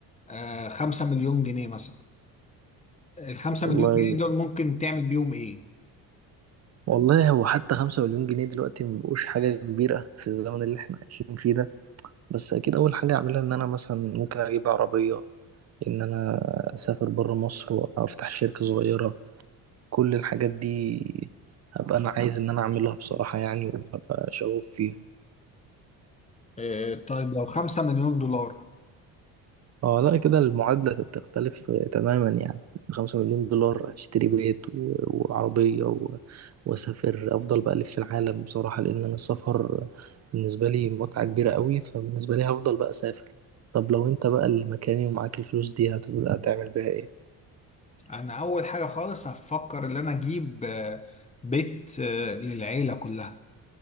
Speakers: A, on the left; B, on the right.
A: آه، خمسة مليون جنيه مثلا الخمسة
B: والله
A: مليون جنيه دول ممكن تعمل بيهم ايه؟
B: والله هو حتى خمسة مليون جنيه دلوقتي مبقوش حاجة كبيرة في الزمن اللي احنا عايشين فيه ده بس أكيد أول حاجة أعملها إن أنا مثلا ممكن أجيب عربية إن أنا أسافر برا مصر وأفتح شركة صغيرة كل الحاجات دي هبقى أنا عايز إن أنا أعملها بصراحة يعني وهبقى شغوف فيها
A: آه، طيب لو خمسة مليون دولار
B: اه لا كده المعادلة بتختلف آه، تماما يعني بخمسة مليون دولار اشتري بيت و- وعربية و- واسافر افضل بألف في العالم بصراحة لان انا السفر بالنسبة لي متعة كبيرة قوي فبالنسبة لي هفضل بقى اسافر طب لو انت بقى اللي مكاني ومعاك الفلوس دي هتبقى هتعمل بيها ايه
A: انا اول حاجة خالص هفكر ان انا اجيب آه، بيت آه، للعيلة كلها